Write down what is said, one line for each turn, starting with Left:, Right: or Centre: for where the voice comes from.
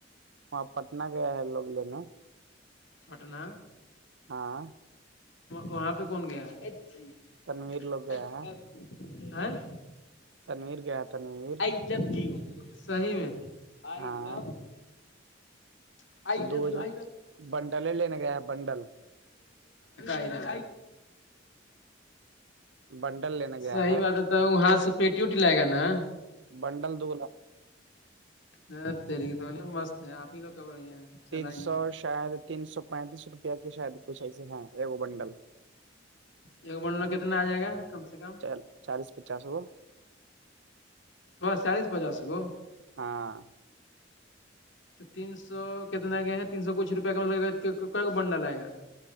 Right: وہاں پٹنہ گیا ہے لوگ لینے
Left: پٹنہ
Right: ہاں
Left: وہاں پہ کون گیا <unintelligible>
Right: تنویر لوگ گیا ہے تنویر گیا ہے تنویر
Left: آئی صحیح میں آئی
Right: ہاں
Left: لو <inaudible> لڑکا
Right: دو جو بنڈلیں لینے گیا ہے بنڈل
Left: ادھر
Right: بنڈل لینے گیا
Left: صحیح بات ہے تو وہ وہاں سے پیٹی ویٹی لائے گا نا
Right: بنڈل دو
Left: ہ تیری تو مست ہے آپ ہی لوگ کا بڑھیا ہے چلائیے
Right: تین سو شاید تین سو پینتیس روپیہ کے شاید کچھ ایسے ہے وہ بنڈل
Left: ایک بنڈل کتنا آ جائے گا کم سے کم
Right: چل چالیس پچس اور
Left: بس چالیس پچاس کو
Right: ہاں
Left: تو تین سو کتنا کیا ہے تین سو کچھ روپئے ک لگ گا کو کو بنڈ لائے گا